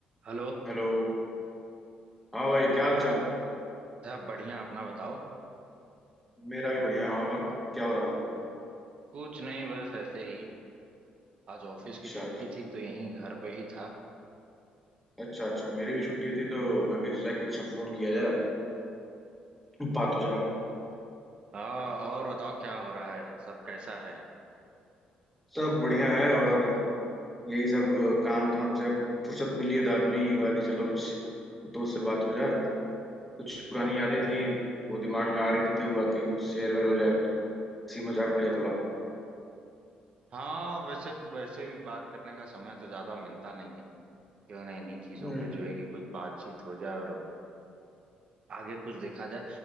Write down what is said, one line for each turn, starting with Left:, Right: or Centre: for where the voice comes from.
Right: Hello
Centre: Hello हाँ भाई क्या हाल चाल
Right: साहब बढ़िया अपना बताओ
Centre: मेरा भी बढ़िया और क्या हो रहा था
Right: कुछ नहीं बस ऐसे ही आज ऑफिस
Centre: अच्छा
Right: की छुट्टी
Centre: अच्छा
Right: थी तो यहीं घर पे ही था
Centre: अच्छा अच्छा मेरी भी छुट्टी थी तो मैं भी सोचा कि अच्छा फोन किया जाए बात हो जाए
Right: हाँ और बताओ क्या हो रहा है सब कैसा है
Centre: सब बढ़िया है और यही सब काम धाम से अब फुर्सत मिली है तो आदमी हुआ कि चलो कुछ दोस्त से बात हो जाए कुछ पुरानी यादें थी वो दिमाग में आ रही थी तो हुआ कि कुछ शेयर वेयर हो जाए हंसी मजाक हो जाए थोड़ा
Right: हाँ वैसे वैसे भी बात करने का समय तो ज्यादा मिलता नहीं है क्यों ना इन्हीं चीजों
Centre: हम्म
Right: पे जो है कि कुछ बातचीत हो जाए और आगे कुछ देखा जाए